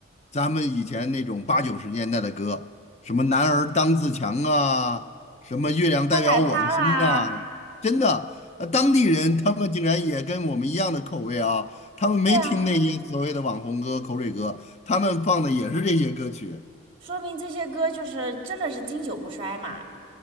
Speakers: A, on the left; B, on the right.
A: 咱们以前那种八九十年代的歌，什么“男儿当自强”啊，什么“月亮代表我的心”呐，
B: 上海滩啊。
A: 真的，呃当地人他们竟然也跟我们一样的口味啊，他们没听那些所谓的网红歌、
B: 对呀，
A: 口水歌，他们放的也是这些歌曲。
B: 说明这些歌就是真的是经久不衰嘛。